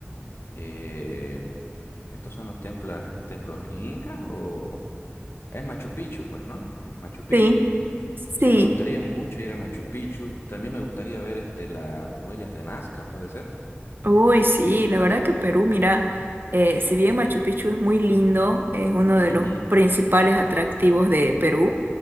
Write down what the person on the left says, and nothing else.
eh, ¿Estos son los templos, templos incas o...? Es Machu Picchu, pues, ¿no? Es Machu Picchu.
Sí, me gustaría mucho ir a Machu Picchu. También me gustaría ver este, las huellas de Nazca, ¿puede ser?
Ujú.